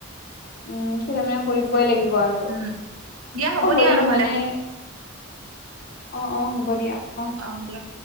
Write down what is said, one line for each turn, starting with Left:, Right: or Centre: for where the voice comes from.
Left: উম সেই তাৰ মানে কৰিবই লাগিব আৰু
Right: উম দিয়া হ'ব
Left: অ কৰি
Right: দিয়া নহ'লে
Left: মানে অঁ অঁ হ'ব দিয়া অঁ।
Right: অঁ দিয়া।